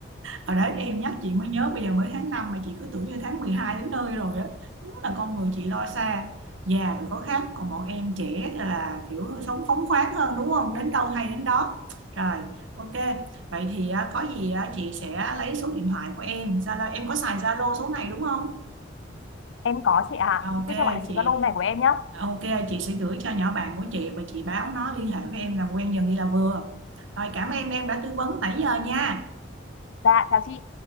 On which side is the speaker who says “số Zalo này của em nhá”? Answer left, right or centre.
Left